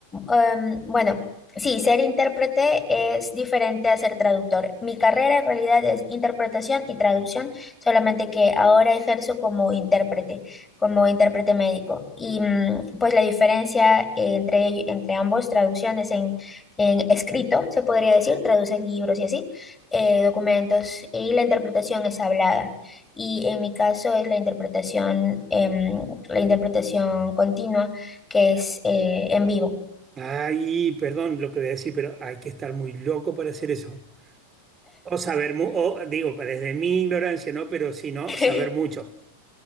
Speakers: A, on the left (about 15°); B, on the right (about 20°).
A: em, bueno, sí, ser intérprete es diferente a ser traductor. Mi carrera en realidad es interpretación y traducción, solamente que ahora ejerzo como intérprete, como intérprete médico. Y mm, pues la diferencia eh, entre, ello- entre ambos, traducciones en, en escrito, se podría decir, traduces libros y así, eh, documentos, y la interpretación es hablada. Y en mi caso es la interpretación, em, la interpretación continua, que es eh, en vivo.
B: Ay, perdón lo que voy a decir, pero hay que estar muy loco para hacer eso. O saber, mu- o digo, pues, desde mi ignorancia, ¿no? Pero si no,
A: <laughs>
B: saber mucho.